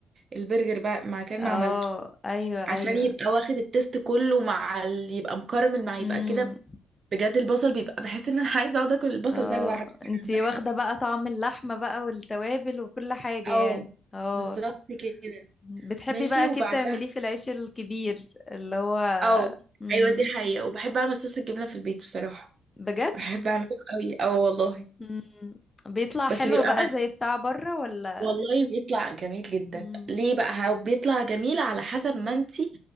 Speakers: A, on the right; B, on the left.
A: البرجر بقى ما كان
B: اه
A: ما عملته
B: ايوه
A: عشان
B: ايوه
A: يبقى واخد التيست كله مع ال... يبقى مكرمل مع يبقى
B: امم
A: كده بجد البصل بيبقى بحس ان انا <laughs> عايزة اقعد اكل البصل
B: اه
A: ده لوحده
B: انتي
A: من غير حاجة
B: واخدة بقى طعم اللحمة بقى والتوابل وكل حاجة
A: اه
B: يعني اه
A: بالظبط كده
B: بتحبي
A: ماشي
B: بقى اكيد
A: وبعدها
B: تعمليه في العيش الكبير اللي هو
A: اه
B: امم
A: ايوه دي حقيقة وبحب اعمل صوص الجبنة في البيت بصراحة
B: بجد
A: بحب اعمله قوي اه والله
B: امم بيطلع حلو
A: بس بيبقى
B: بقى
A: من...
B: زي بتاع بره ولا
A: والله بيطلع جميل جدا
B: امم
A: ليه بقى هو بيطلع جميل على حسب ما انتي